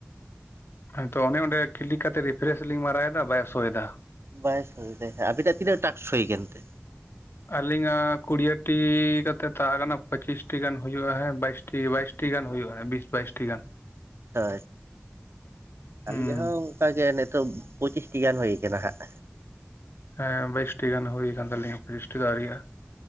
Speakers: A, on the left (about 65°); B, on the right (about 80°).
A: ᱦᱮᱸ ᱛᱚ ᱚᱱᱮ ᱚᱸᱰᱮ ᱠᱤᱞᱤ ᱠᱟᱛᱮᱫ ᱨᱤᱯᱷᱨᱮᱥ ᱞᱤᱧ ᱢᱟᱨᱟᱣᱮᱫᱟ ᱵᱟᱭ ᱥᱳᱭᱮᱫᱟ᱾
B: ᱵᱟᱭ ᱥᱳᱭᱮᱫᱟᱭ ᱟᱵᱤᱱᱟᱜ ᱛᱤᱱᱟᱹᱜ ᱴᱟᱠᱥ ᱦᱩᱭ ᱠᱟᱱᱛᱮ?
A: ᱟᱹᱞᱤᱧᱟᱜ ᱠᱩᱲᱤᱭᱟᱹᱴᱤ ᱠᱟᱛᱮᱫ ᱛᱟᱦᱮᱸ ᱠᱟᱱᱟ ᱯᱚᱸᱪᱤᱥᱴᱤ ᱜᱟᱱ ᱦᱩᱭᱩᱜᱼᱟ ᱦᱮᱸ ᱵᱟᱭᱤᱥ ᱴᱷᱤᱠ ᱜᱮᱭᱟ ᱵᱟᱭᱤᱥᱴᱤ ᱜᱟᱱ ᱦᱩᱭᱩᱜᱼᱟ ᱵᱤᱥ ᱵᱟᱭᱤᱥᱴᱤ ᱜᱟᱱ᱾
B: ᱟᱪᱪᱷᱟ,
A: ᱦᱩᱸ
B: ᱟᱹᱞᱤᱧ ᱟᱜ ᱦᱚᱸ ᱚᱱᱠᱟ ᱜᱮ ᱱᱤᱛᱚᱜ ᱯᱚᱸᱪᱤᱥᱴᱤ ᱜᱟᱱ ᱦᱩᱭ ᱠᱟᱱᱟ ᱦᱟᱸᱜ᱾
A: ᱦᱮᱸ ᱵᱟᱭᱤᱥᱴᱤ ᱜᱟᱱ ᱦᱩᱭ ᱠᱟᱱ ᱛᱟᱞᱤᱧᱟ ᱯᱚᱸᱪᱤᱥᱴᱤ ᱫᱚ ᱟᱣᱨᱤᱭᱟᱜᱼᱟ᱾